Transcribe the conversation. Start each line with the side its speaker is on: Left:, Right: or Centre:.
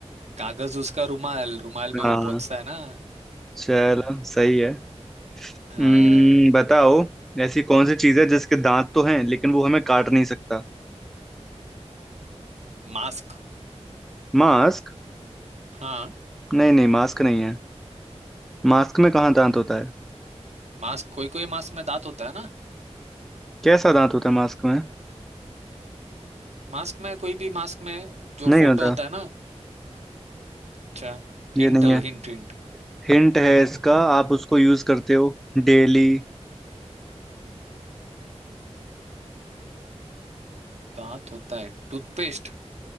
Right: कागज उसका रुमाल रुमाल में
Centre: हाँ
Right: वो पहुंचता है ना
Centre: चलो सही है
Right: हाँ
Centre: हम्म बताओ ऐसी कौन सी चीज है जिसके दांत तो हैं लेकिन वो हमें काट नहीं सकता
Right: मास्क
Centre: मास्क
Right: हाँ
Centre: नहीं नहीं मास्क नहीं है मास्क में कहाँ दांत होता है
Right: मास्क कोई कोई मास्क में दांत होता है ना
Centre: कैसा दांत होता है मास्क में
Right: मास्क में कोई भी मास्क में जो
Centre: नहीं
Right: फोटो
Centre: होता
Right: होता है ना अच्छा
Centre: ये
Right: Hint
Centre: नहीं है
Right: hint hint
Centre: हिंट है इसका आप उसको यूज करते हो डेली
Right: दांत होता है टूथपेस्ट